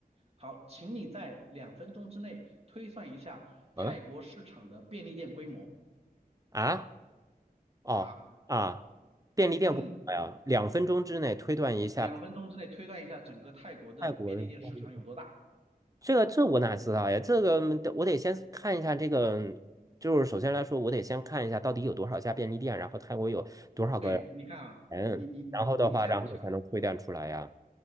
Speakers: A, on the right (about 40°); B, on the right (about 20°).
A: 好，请你在两分钟之内推算一下泰国市场的便利店规模
B: 嗯啊哦啊，
A: 啊，
B: 便利店广告呀，
A: 嗯，
B: 两分钟之内推断一下
A: 两分钟之内推断一下整个泰国的便利店市场有多大。
B: 外国的便利店这个这我哪知道呀？这个嗯我得先看一下这个，就是首先来说，我得先看一下到底有多少家便利店，然后泰国有多少个
A: 对，你看啊，
B: 人，
A: 你你你你这样
B: 然后的话，然后我才能推断出来呀。